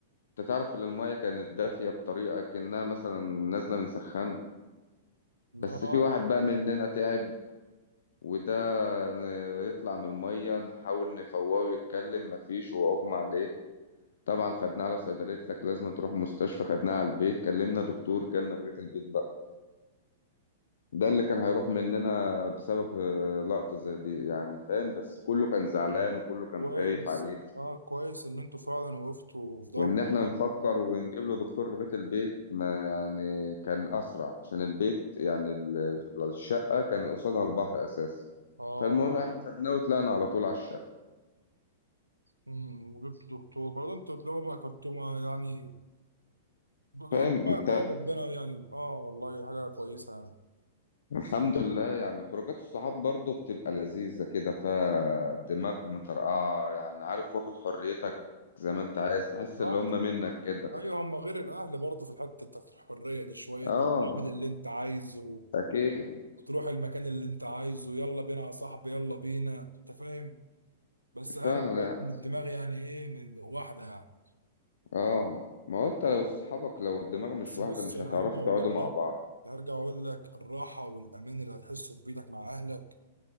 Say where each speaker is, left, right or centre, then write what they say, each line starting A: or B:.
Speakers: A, on the left (about 65°); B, on the right (about 85°).
A: انت تعرف ان المايه كانت دافيه بطريقه كانها مثلا نازله من سخان بس
B: اه
A: في واحد بقى مننا تعب وده ن- يطلع من الميه نحاول نفوقه ويتكلم مفيش هو اغمى عليه طبعا خدناه على صيدليه لك لازم تروح مستشفى خدناه على البيت كلمنا دكتور جالنا لغايه البيت بقى ده اللي كان هيروح مننا بسبب آه، لقطه زي دي يعني فاهم بس كله كان زعلان وكله كان
B: كويس
A: خايف عليه
B: اه كويس ان انتوا فعلا وقفتوا في ظهره
A: وان احنا
B: يعني
A: نفكر ونجيب له دكتور لغايه البيت ما يعني كان اسرع عشان البيت يعني ال- الشقه كان قصادها البحر اساسا
B: اه
A: فالمهم احنا خدناه وطلعنا على طول على الشقه
B: امم وجبت دكتور برضه انتوا طالما بقى كنتوا مع- يعني ده ربنا
A: فاهم انت
B: كرم ربنا يعني اه والله حاجة كويسة يعني
A: الحمد لله يعني خروجات الصحاب برضو بتبقى لذيذه كده فيها دماغ مطرقعه يعني عارف واخد حريتك زي ما انت عايز تحس
B: رحت
A: اللي هم منك كده
B: ايوه هم غير الاهل برضه في الحتة بتاعت الحرية دي شوية
A: اه
B: انت بتعمل اللي انت عايزه
A: اكيد
B: وتروح المكان اللي انت عايزه يلا بينا يا صاحبي يلا بينا انت فاهم بس اهم
A: فعلا
B: حاجة
A: يعني
B: تكون الدماغ يعني ايه من واحدة يعني
A: اه ما هو انت لو صحابك لو الدماغ مش
B: بس
A: واحده
B: بص
A: مش
B: انا
A: هتعرفوا
B: هرجع واقول
A: تقعدوا مع
B: لك
A: بعض
B: هرجع واقول لك الراحه والامان اللي هتحسه في بيتك مع اهلك